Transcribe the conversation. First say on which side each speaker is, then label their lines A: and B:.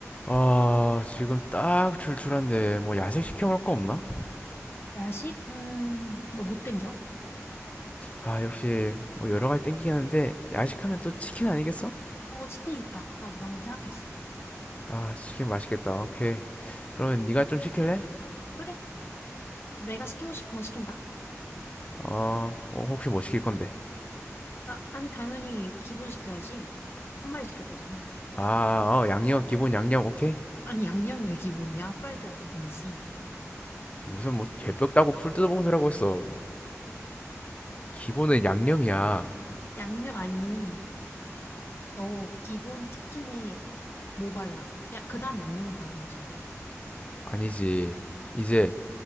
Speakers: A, on the left; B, on the left.
A: 아, 지금 딱 출출한데 뭐 야식 시켜 먹을 거 없나?
B: 야식? 음, 너 못 땡겨?
A: 아, 역시 뭐 여러 가지 땡기긴 하는데 야식하면 또 치킨 아니겠어?
B: 어, 치킨 좋다. 나도 방금 생각했어.
A: 아, 치킨 맛있겠다. 오케이. 그러면 네가 좀 시킬래?
B: 그래, 내가 시키고 싶은 거 시킨다.
A: 어, 어, 혹시 뭐 시킬 건데?
B: 나, 아니, 당연히 기본 시켜야지. 한 마리 시킬 거잖아.
A: 아, 어, 양념 기본 양념 오케이.
B: 아니, 양념이 왜 기본이야? 후라이드가 기본이지.
A: 무슨 뭐 개뼈 따고 풀 뜯어먹은 소리라고 했어. 기본은 양념이야.
B: 양념, 아니, 너 기본 치킨에 뭐 발라? 야, 그 다음 양념을 바르는 거잖아.
A: 아니지. 이제